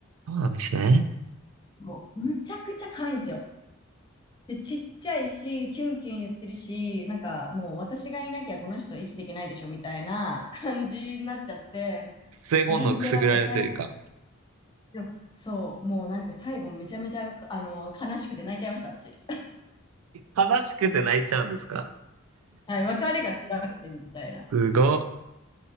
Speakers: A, on the right; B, on the left.
A: そうなんですね。
B: もうむちゃくちゃ可愛いんですよ。で、ちっちゃいし、キュンキュン言ってるし、なんかもう私がいなきゃこの人生きていけないでしょみたいな感じになっちゃって、
A: 性本能くすぐられるというか、
B: でも本当なんか最後、でもそう、もうなんか最後めちゃめちゃ、あの、悲しくて泣いちゃいました、私。
A: 悲しくて泣いちゃうんですか
B: <laughs> はい、別れが辛くてみたいな。
A: すごっ。